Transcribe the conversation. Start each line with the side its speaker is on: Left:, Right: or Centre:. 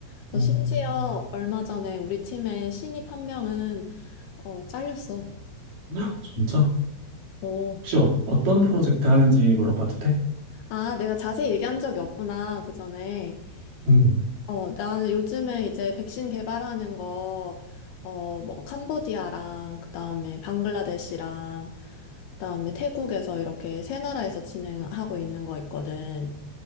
Left: 그래서
Right: 음,
Left: 심지어 얼마 전에 우리 팀의 신입 한 명은 어, 잘렸어.
Right: <gasps> 헉, 진짜?
Left: 오.
Right: 혹시 어, 어떤 프로젝트 하는지 물어봐도 돼?
Left: 아, 내가 자세히 얘기한 적이 없구나, 그 전에.
Right: 음,
Left: 어, 나 요즘에 이제 백신 개발하는 거, 어, 뭐, 캄보디아랑, 그 다음에 방글라데시랑, 그 다음에 태국에서 이렇게 세 나라에서 진행하고 있는 거 있거든.